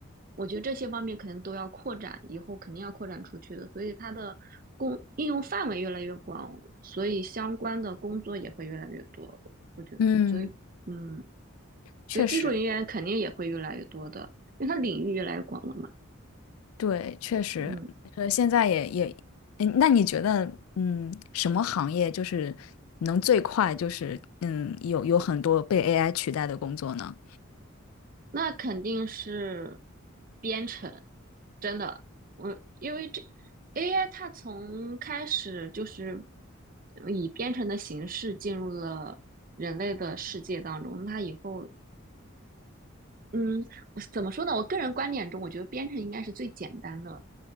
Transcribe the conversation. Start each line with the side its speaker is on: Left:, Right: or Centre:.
Right: 我觉得这些方面可能都要扩展，以后肯定要扩展出去的，所以它的工应用范围越来越广，所以相关的工作也会越来越多，我觉得，
Left: 嗯，
Right: 所以嗯。
Left: 确实，
Right: 所以技术人员肯定也会越来越多的，因为它领域越来越广了嘛。
Left: 对，确实，
Right: 嗯，
Left: 呃，现在也也，嗯，那你觉得，嗯，什么行业就是能最快就是，嗯，有有很多被 AI 取代的工作呢？
Right: 那肯定是编程，真的，我因为这 AI 它从开始就是以编程的形式进入了人类的世界当中，那它以后，嗯，我怎么说呢？我个人观点中，我觉得编程应该是最简单的